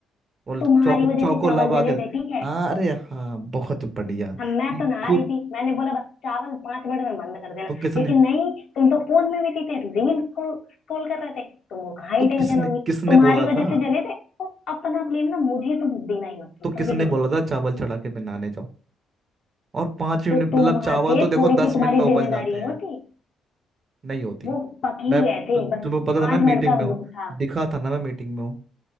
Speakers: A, on the right; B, on the left.
A: और
B: तुम्हारी
A: चौको
B: वजह
A: चौको
B: से चावल
A: लगा
B: जले
A: के
B: थे ठीक है
A: हाँ अरे हाँ बहुत बढ़िया
B: हम मैं
A: ये
B: तो नहा
A: खुद
B: रही थी मैंने बोला बस चावल पांच मिनट में बंद कर देना
A: तो किसने
B: लेकिन नहीं तुम तो फोन में बिजी थे रील को स्क्रॉल कर रहे थे तुमको कहाँ
A: तो
B: ही
A: किसने
B: टेंशन होगी
A: किसने
B: तुम्हारी
A: बोला
B: वजह
A: था
B: से जले थे और अपना ब्लेम ना मुझे तुम देना ही मत करो,
A: तो
B: समझे
A: किसने
B: कि नहीं
A: बोला था चावल चढ़ा के बनाने जाओ और पांच मिनट
B: तो
A: मतलब
B: तुम वहां
A: चावल
B: थे
A: तो देखो
B: थोड़ी
A: दस
B: सी तुम्हारी
A: मिनट में उबल
B: जिम्मेदारी
A: जाते हैं
B: होती
A: नहीं होती
B: वो पक ही
A: मैं
B: गए
A: तु,
B: थे
A: तुम्हें
B: बस पांच
A: पता था ना मीटिंग
B: मिनट का
A: में हूँ
B: वो था
A: दिखा था ना मैं मीटिंग में हूँ